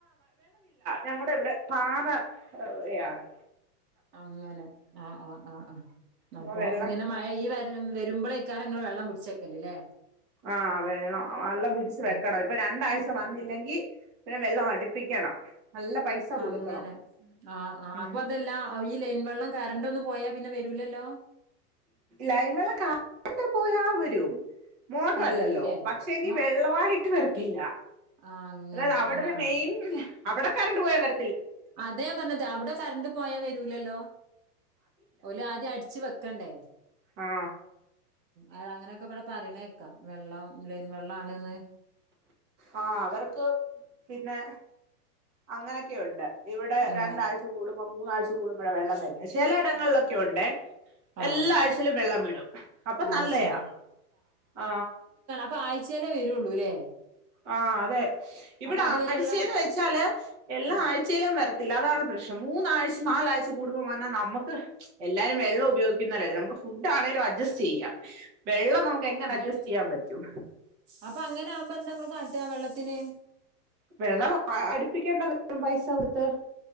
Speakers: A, on the right; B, on the right.
A: ഞങ്ങടെ ഇവിടെ പാറ യാണ്
B: അങ്ങനെ ആഹ് ആഹ് ആഹ് ആഹ്
A: അപ്പൊ
B: അപൊ
A: വെള്ളം
B: ങ്ങനെ മഴ ഈ വ വരുമ്പളേ ക്കാരം ങ്ങള് വെള്ളം പുടിച്ചേക്കല്ല്ലേ
A: ആഹ വെള്ളം വള്ളം പിടിച്ച് വെക്കണം
B: ഉം
A: ഇപ്പൊ രണ്ടാഴ്ച വന്നില്ലെങ്കിൽ പിന്നെ വെള്ളം അടുപ്പിക്കണം നല്ല പൈസ കൊടുക്കണം
B: അങ്ങനെ ആ ആ്
A: ഉം
B: അപ്പൊ അതെല്ലാ ഈ ലൈൻ വെള്ളം കറണ്ട് ഒന്നും പോയാ പിന്നെ വരൂലല്ലോ
A: ലൈൻ വെള്ളം കറണ്ട് പോയാ വരും മോട്ടറല്ലല്ലോ
B: ഏ വരൂലേ
A: പക്ഷെങ്കി
B: മോ
A: വെള്ളവായിട്ട് വരത്തില്ല
B: ആ അങ്ങനെ
A: അതായത് അവിടുന്ന്
B: ആ ആ
A: മെയിൻ അവിടെ കറണ്ടു പോയാ വര
B: അതാ ഞാൻ പറഞ്ഞത് അവിടെ കറണ്ട് പോയാ വരൂലല്ലോ ഓലാദ്യം അടിച്ചു വെക്കണ്ടേ
A: ആ
B: അ അങ്ങനെയൊക്കെ ഇവിടെ പറയണേക്കാ വെള്ളം ലൈൻ വെള്ളാണന്ന്
A: ആ അവർക്ക് പിന്നെ അങ്ങനൊക്കെ ഉണ്ട് ഇവിടെ
B: ആ
A: രണ്ടാഴ്ച കൂടുമ്പം മൂന്നാഴ്ച കൂടുമ്പഴാ വെള്ളം വരുന്നത് ചെല എടങ്ങളിലൊക്കെ ഉണ്ടെ
B: ആ
A: എല്ലാ ആഴ്ചയിലും വെള്ളം വിടും അപ്പൊ
B: ആഹ്
A: നല്ലയാ
B: ശരി
A: ആ
B: ഇപ്പൊ ആഴ്ചാലേ വരുള്ളൂല്ലേ
A: ആ അതെ ഇവിടെ
B: അപ്പൊ അതുവരെയുള്ള
A: ആഴ്ചെന്ന് വെച്ചാല് എല്ലാ
B: ഉം
A: ആയ്‌ചേലും വര ല്ലാതാണ് പ്രശ്നം മൂന്നാഴ്ച നാലാഴ്ച കൂടുമ്പോ വന്നാൽ നമ്മക്ക് എല്ലാരും വെള്ളം ഉപയോഗിക്കുന്നൊലല്ലേ നമുക്ക് ഫുഡ് ആണെലും അഡ്ജസ്റ്റ് ചെയ്യാം വെള്ളം നമുക്ക് എങ്ങനെ
B: വെ
A: അഡ്ജസ്റ്റ് ചെയ്യാൻ പറ്റും
B: അപ്പൊ അങ്ങനാകുമ്പ ങ്ങള് ന്താ കാട്ടാ വെള്ളത്തിന്
A: വെള്ളം അടുപ്പിക്കേണ്ടവരും പൈസ കൊടുത്ത്